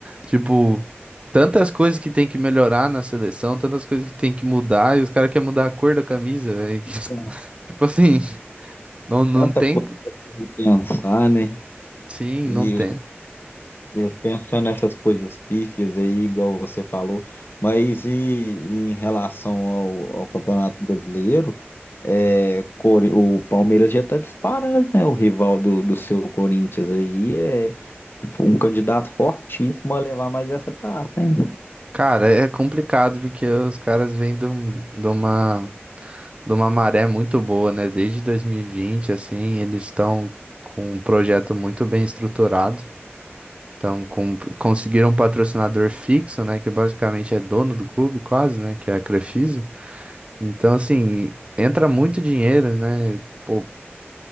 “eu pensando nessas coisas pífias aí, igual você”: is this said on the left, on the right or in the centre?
Left